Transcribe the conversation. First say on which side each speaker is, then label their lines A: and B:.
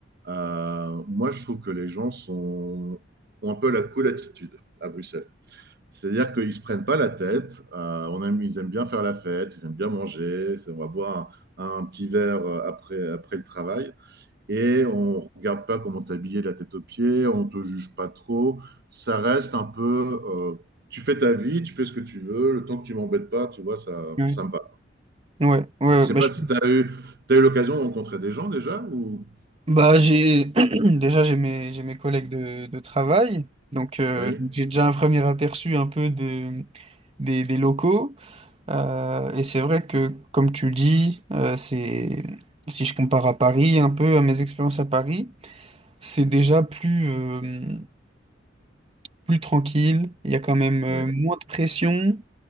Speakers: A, on the right (about 55°); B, on the right (about 30°).
A: euh, moi, je trouve que les gens sont, ont un peu la cool attitude à Bruxelles. C'est-à-dire qu'ils ne se prennent pas la tête. euh, on aime- ils aiment bien faire la fête, ils aiment bien manger. On va boire un, un petit verre euh, après, après le travail. Et on ne regarde pas comment t'es habillé de la tête aux pieds, on ne te juge pas trop. Ça reste un peu. euh, tu fais ta vie, tu fais ce que tu veux. Le temps que tu ne m'embêtes pas, tu vois, ça,
B: Ouais,
A: ça me va.
B: ouais, ouais,
A: Je sais
B: bah,
A: pas
B: je-
A: si tu as eu, t'as eu l'occasion de rencontrer des gens déjà ou...
B: bah, j'ai <clears throat> déjà j'ai mes, j'ai mes collègues de, de travail, donc euh,
A: Oui,
B: j'ai déjà un premier aperçu un peu de, des, des locaux. Euh, et c'est vrai que, comme tu dis, euh, c'est si je compare à Paris, un peu à mes expériences à Paris, c'est déjà plus. euh, plus tranquille, il y a quand même euh,
A: oui.
B: moins de pression